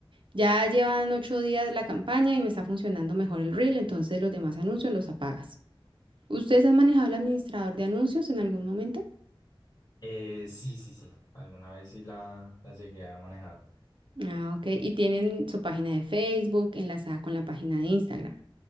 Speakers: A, on the right (about 65°); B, on the left (about 55°).
A: ya llevan ocho días la campaña y me está funcionando mejor el reel, entonces los demás anuncios los apagas. ¿Ustedes han manejado el administrador de anuncios en algún momento?
B: Eh, sí, sí, sí, alguna vez sí la, la llegué a manejar.
A: Ah, ok. Y tienen su página de Facebook enlazada con la página de Instagram.